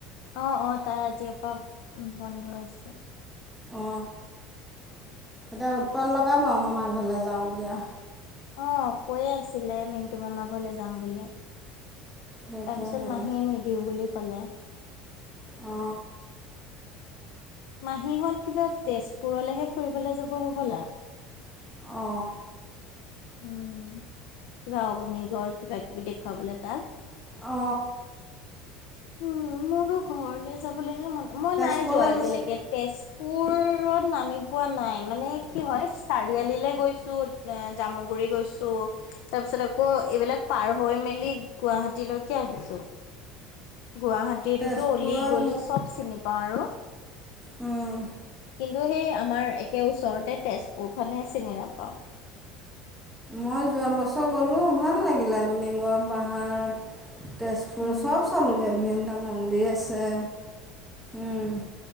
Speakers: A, on the left; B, in the centre.
A: অ, অ তাৰ আজিয় পা বন্ধ হৈছে।
B: অ, এতিয়া উৎপাত লগাব আৰু মামা ঘৰলে যাওঁ বুলি আ।
A: অ, কৈয়ে আছিলে মিণ্টু মামা ঘৰলে যাম বুলি।
B: তাকেহে
A: তাৰপিছত মাহীয়ে নিদিওঁ বুলি ক'লে।
B: অ।
A: মাহীহঁত কিবা তেজপুৰলেহে ফুৰিবলে যাব হ'বলা।
B: অ।
A: উম, কিবা অগ্নিগড় কিবা-কিবি দেখুৱাবলে তাক।
B: অ।
A: উম, মোৰো ঘৰলে যাবলেহে মন, মই
B: তেজপুৰলৈ
A: নাই যোৱা আজিলেকে।
B: গৈছা
A: তেজপুৰত নামি পোৱা নাই। মানে কি হয় চাৰিআলিলে গৈছো জামুগুৰি গৈছো, তাৰ পিছত আকৌ এইবিলাক পাৰ হৈ মেলি গুৱাহাটীলৈকে আহিছো। গুৱাহাটীৰটোতো
B: তেজপুৰত
A: অলি-গলি চব চিনি পাওঁ আৰু।
B: উম।
A: কিন্তু সেই আমাৰ একে ওচৰতে তেজপুৰখনে চিনি নাপাওঁ।
B: মই যোৱা বছৰ গ'লোঁ ভাল লাগিলে। অগ্নিগড় পাহাৰ তেজপুৰত
A: উম,
B: চব চালোঁগে। ধুনীয়া ধুনীয়া মন্দিৰ আছে। উম।